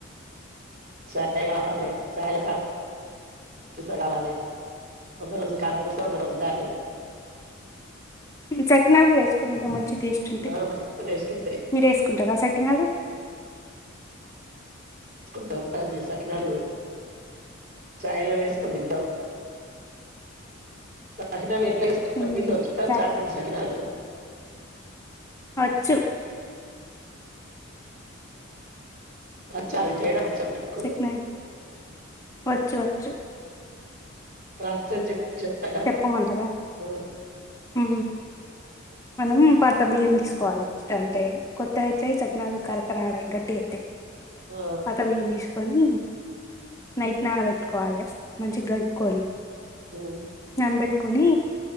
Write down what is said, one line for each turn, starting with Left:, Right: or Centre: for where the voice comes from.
Right: చాయ్ కావాలే చాయల కారాపూస కావాలే ఒకరోజు కారాపూస ఒక రోజు గారెలు
Left: సకినాలు గూడా యేసుకోని దింటాం మంచిగా టేస్టుంటాయ్
Right: ఆ! మస్తు టేస్టుంటాయి.
Left: మీరు వేసుకుంటారా సకిలాలు
Right: వేసుకుంటాం అది సకినాలు చాయలా వేసుకొని తింటాం సకినాలు ప్లేస్
Left: హ్మ్
Right: మీచ్చ చుట్టా
Left: చ
Right: చాండి సకినాలు
Left: వచ్చు
Right: వచ్చా అవి చేయడం వచ్చా మీకు?
Left: సకినాలు హ వచ్చు వచ్చు
Right: ప్రస్త చెప్ చెప్తారా
Left: చెప్పమంటారా
Right: ఆ
Left: ఉ మనం పాత బియ్యం తీసుకోవాలి అంటే కొత్త అయితే సకినాలు కరకరాడాయి గట్టి అవుతాయి
Right: ఆ
Left: పాత బియ్యం తీసుకో కొని నైట్ నానబెట్టుకోవాలే మంచి గడుక్కొని
Right: ఉ
Left: కన్బెట్టుకోని